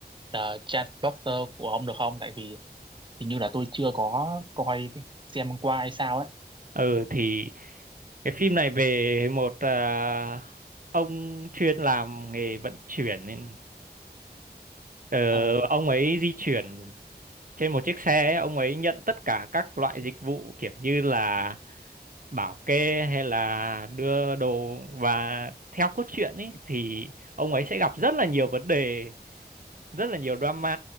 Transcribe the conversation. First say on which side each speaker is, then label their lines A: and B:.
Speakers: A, on the right (about 30°); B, on the right (about 55°).
A: The Transporter của ông được không tại vì hình như là tôi chưa có coi cái- xem qua hay sao ấy
B: ừ thì cái phim này về một à, ông chuyên làm nghề vận chuyển nên Ờ,
A: ừ
B: ông ấy di chuyển trên một chiếc xe ấy, ông ấy nhận tất cả các loại dịch vụ kiểu như là bảo kê hay là đưa đồ và theo cốt truyện ấy thì ông ấy sẽ gặp rất là nhiều vấn đề, rất là nhiều drama